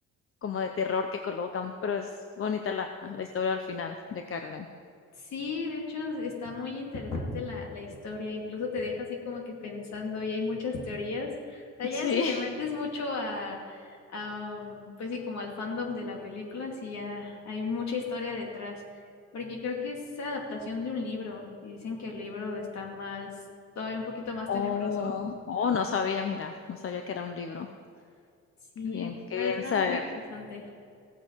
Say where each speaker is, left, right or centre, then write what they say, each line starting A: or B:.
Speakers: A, on the left; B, on the left.
A: como de terror que colocan, pero es bonita la, la historia al final de Caroline.
B: Sí, de hecho está muy interesante la, la historia, incluso te deja así como que pensando y hay muchas teorías. O sea, ya
A: Sí.
B: si te metes
A: <laughs>
B: mucho a, a, um, pues sí, como al fandom de la película, sí ya hay mucha historia detrás, porque creo que es adaptación de un libro y dicen que el libro está más, todavía un poquito más
A: Oh,
B: tenebroso.
A: oh, no sabía, mira, no sabía que era un libro.
B: Sí,
A: Qué bien, qué
B: pero
A: bien
B: está
A: saber.
B: muy interesante.